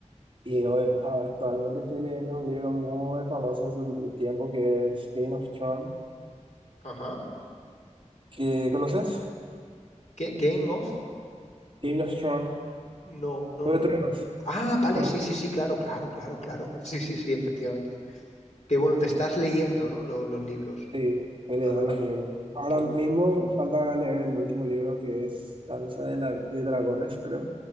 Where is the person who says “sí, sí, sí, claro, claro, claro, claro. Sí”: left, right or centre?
Left